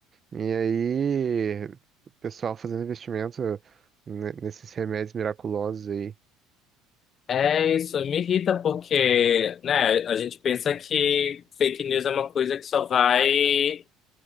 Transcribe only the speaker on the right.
e aí o pessoal fazendo investimento ne- nesses remédios miraculosos aí.